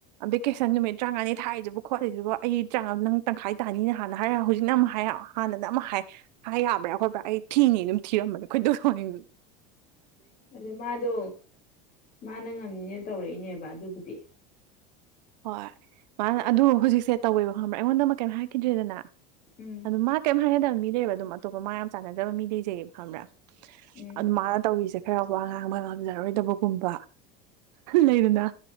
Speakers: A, on the right (about 80°); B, on the left (about 40°).
A: ꯚꯦꯀꯦꯁꯟ ꯅꯨꯃꯤꯠ ꯇꯔꯥꯉꯥꯅꯤ ꯊꯥꯔꯤꯁꯤ ꯈꯣꯠꯂꯤꯁꯤꯕ ꯑꯩ ꯇꯔꯥꯉꯥ ꯅꯪ ꯇꯪꯈꯥꯏ ꯇꯥꯅꯤꯅ ꯍꯥꯟꯅ ꯍꯥꯏꯔ ꯍꯧꯖꯤꯛꯅ ꯑꯃꯛ ꯍꯥꯏꯔ ꯍꯥꯟꯅ ꯑꯃꯛ ꯍꯥꯏꯕ꯭ꯔꯥ ꯈꯣꯠꯄ꯭ꯔꯥ ꯑꯩ ꯊꯤꯅꯤ ꯑꯗꯨꯝ ꯊꯤꯔ ꯑꯩꯈꯣꯏꯗꯅꯤꯡ
B: ꯑꯗꯨ ꯃꯥꯗꯣ ꯃꯥꯅ ꯉꯝꯅꯤꯅ ꯇꯧꯔꯛꯏꯅꯦꯕ ꯑꯗꯨꯕꯨꯗꯤ
A: ꯍꯣꯏ ꯃꯥꯅ ꯑꯗꯨ ꯍꯧꯖꯤꯛꯁꯦ ꯇꯧꯕꯤꯕ ꯐꯪꯕ꯭ꯔꯥ ꯑꯩꯉꯣꯟꯗ ꯑꯃ ꯀꯩꯝꯣ ꯍꯥꯏꯈꯤꯗ꯭ꯔꯦꯗꯅ
B: ꯎꯝ
A: ꯑꯗꯨ ꯃꯥ ꯀꯔꯤꯝ ꯍꯥꯏꯅꯗꯕ ꯃꯤ ꯂꯩꯕ ꯑꯗꯨꯝ ꯑꯇꯣꯞꯄ ꯃꯥ ꯌꯥꯝ ꯆꯥꯟꯅꯗꯕ ꯃꯤ ꯂꯩꯖꯩꯑꯕ ꯈꯪꯕ꯭ꯔꯥ
B: ꯎꯝ
A: ꯑꯗꯨ ꯃꯥꯅ ꯇꯧꯔꯤꯁꯦ ꯍꯔꯥꯎꯕ ꯑꯉꯥꯡ ꯃ ꯉꯝꯖꯔꯣꯏꯗꯕꯒꯨꯝꯕ ꯂꯩꯗꯅ